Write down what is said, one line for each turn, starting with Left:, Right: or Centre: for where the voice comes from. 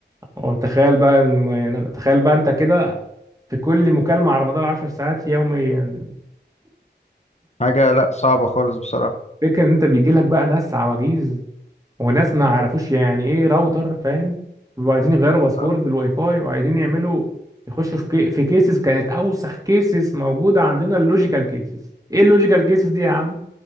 Right: وتخيل بقى إن- يعني تخيل بقى انت كده في كل مكالمة على مدار 10 ساعات يوميا
Left: حاجه لا صعبه خالص بصراحه
Right: فكرة ان انت بيجي لك بقى ناس عواجيز وناس ما عرفوش يعني ايه راوتر فاهم بيبقوا عايزين يغيروا باسورد
Left: <laughs>
Right: الواي فاي وعايزين يعملوا يخشوا في كي... في كيسز كانت اوسخ كيسز موجوده عندنا اللوجيكال كيسز ايه اللوجيكال كيسز دي يا عم